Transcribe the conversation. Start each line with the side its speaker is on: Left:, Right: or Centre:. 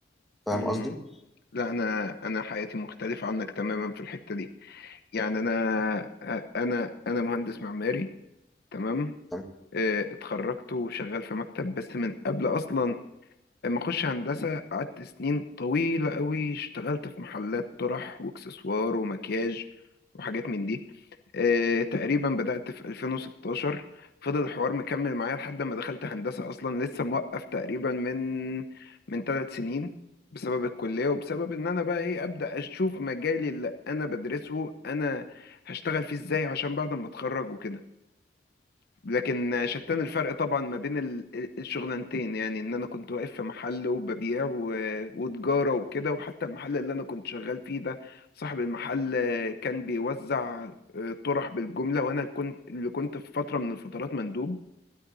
Centre: فاهم
Left: امم
Centre: قصدي
Left: لا انا انا حياتي مختلفة عنك تماما في الحتة دي يعني انا انا انا مهندس معماري تمام
Centre: تمام.
Left: آه، اتخرجت وشغال في مكتب بس من قبل اصلا ما اخش هندسة قعدت سنين طويلة قوي اشتغلت في محلات طرح واكسسوار ومكياج وحاجات من دي آه، تقريبا بدأت في 2016 فضل الحوار مكمل معايا لحد ما دخلت هندسة أصلا لسه موقف تقريبا من من ثلاث سنين بسبب الكلية وبسبب إن أنا بقى إيه أبدأ أشوف مجالي اللي أنا بدرسه أنا هشتغل فيه إزاي عشان بعد ما أتخرج وكده لكن شتان الفرق طبعا ما بين ال- الشغلانتين يعني ان انا كنت واقف في محل وببيع و- وتجارة وكده وحتى المحل اللي انا كنت شغال فيه ده صاحب المحل كان بيوزع آه، طرح بالجملة وانا اللي كنت اللي كنت في فترة من الفترات مندوب